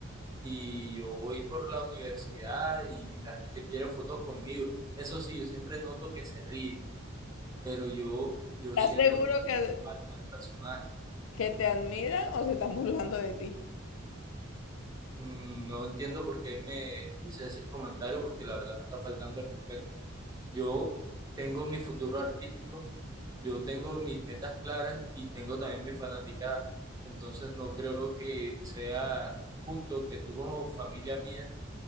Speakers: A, on the right; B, on the left.
A: y yo voy por la universidad y la gente quiere fotos conmigo. Eso sí, yo siempre noto que se ríen, pero yo, yo
B: ¿Estás
A: siento
B: seguro
A: que es
B: que,
A: parte del personaje.
B: que te admiran o se están burlando de ti?
A: Mm, No entiendo por qué me dice ese comentario, porque la verdad me está faltando el respeto. Yo tengo mi futuro artístico, yo tengo mis metas claras y tengo también mi fanaticada. Entonces no creo que sea justo que tú como familia mía